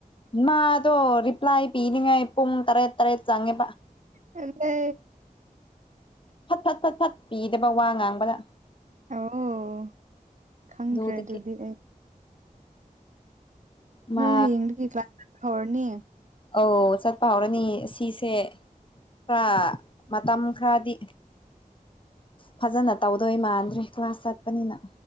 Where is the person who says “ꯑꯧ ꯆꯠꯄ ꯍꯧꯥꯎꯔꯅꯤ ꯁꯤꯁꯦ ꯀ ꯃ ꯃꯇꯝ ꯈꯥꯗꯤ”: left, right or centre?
Left